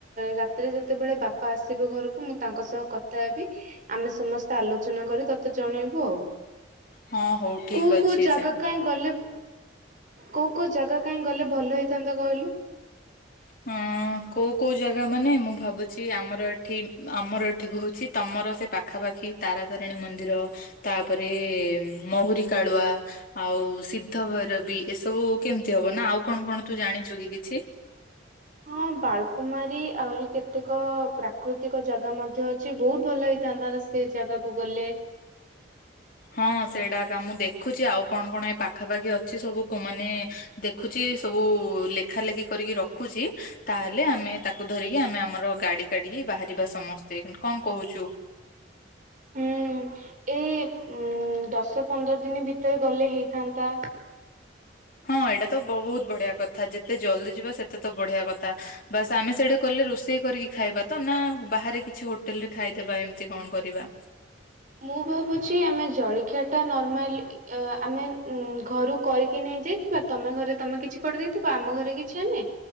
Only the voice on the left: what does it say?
ହଁ ହଉ ଠିକ
ଅଛି
ସେ
ହଁ। କୋଉ କୋଉ ଜାଗା ମାନେ ମୁଁ ଭାବୁଛି ଆମର ଏଠି ଆମର ଏଠି କହୁଛି ତମର ସେ ପାଖାପାଖି ଖି ତାରା ତାରିଣୀ ମନ୍ଦିର ତାପରେ ମହୁରି କାଳୁଆ ଆଉ ସିଦ୍ଧ ଭୈରବୀ ଏସବୁ କେମତି ହବ ନା ଆଉ କଣ କଣ ତୁ ଜାଣିଛୁ କି କିଛି?
ହଁ ସେଇଟା କ ମୁଁ ଦେଖୁଛି ଆଉ କଣ କଣ ଏ ପାଖାପାଖି ଅଛି ସବୁ ମାନେ ଦେଖୁଛି ସବୁ ଲେଖା ଲେଖି କରି ରଖୁଛି ତାହେଲେ ଆମେ ତାକୁ ଧିରିକି ଆମେ ଆମର ଗାଡି କାଢିକି ବାହାରିବା ସମସ୍ତେୁ କଣ କହୁଛୁ?
ହଁ ଏଇଟା ତ ବହୁତ ବଢିଆ କଥା ଯେତେ ଜଲ୍ଦି ଯିବା ସେତେ ତ ବଢିଆ କଥା ବାସ୍ ଆମେ ସେଇଟା କଲେ ରୋଷେଇ କରିକି ଖାଇବା ତ ନା ବାହାରେ କିଛି ହୋଟେଲ ରେ ଖାଇଦବା ଏମିତି କଣ କରିବା।